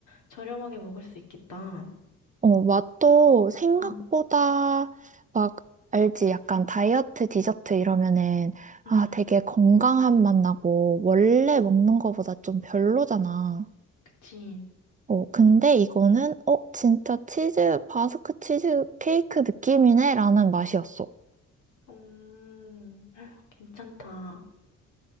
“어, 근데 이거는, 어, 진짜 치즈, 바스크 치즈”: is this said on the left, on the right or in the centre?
Right